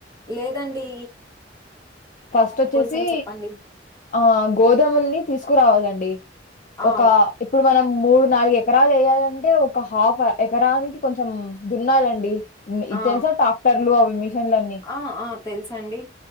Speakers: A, on the left (about 20°); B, on the left (about 45°).
A: లేదండి
B: ఫస్ట్ వచ్చేసి
A: కొంచెం చెప్పండి
B: ఆ గోధముల్ని తీసుకురావాలండి
A: ఆ
B: ఒక ఇప్పుడు మనం మూడు నాలుగే ఎకరాలు వేయాలంటే ఒక హాఫ్ ఎకరానికి కొంచెం దున్నాలండి ఇది
A: ఆ
B: తెలుసా ట్రాక్టర్లు అవి మిషన్లన్నీ
A: ఆ ఆ తెలుసండి